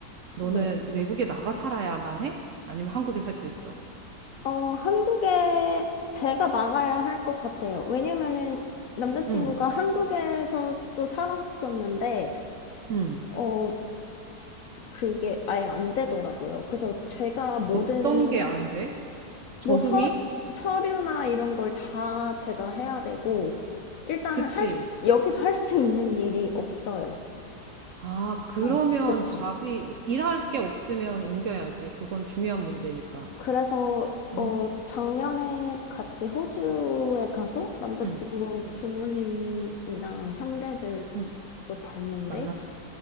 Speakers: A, on the right; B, on the left.
A: 너는
B: 네.
A: 외국에 나가 살아야만 해? 아니면 한국에 살 수 있어?
B: 어, 한국에 제가 나가야 할 것 같아요. 왜냐면은 남자친구가
A: 응,
B: 한국에서 또 살았었는데,
A: 응.
B: 어, 그게 아예 안 되더라고요. 그래서 제가 모든
A: 어떤 게 안 돼? 적응이?
B: 뭐 서, 서류나 이런 걸 다 제가 해야 되고 일단
A: 그치.
B: 할 수, 여기서 할 수 있는 일이 없어요.
A: 아, 그러면
B: 응, 그쵸.
A: 잡이, 이- 일할 게 없으면 옮겨야지. 그건 중요한 문제니까.
B: 그래서
A: 음.
B: 어, 작년에 같이 호주에 가서 남자친구
A: 응, 응,
B: 부모님이랑 형제들도
A: 응.
B: 봤는데
A: 만났어.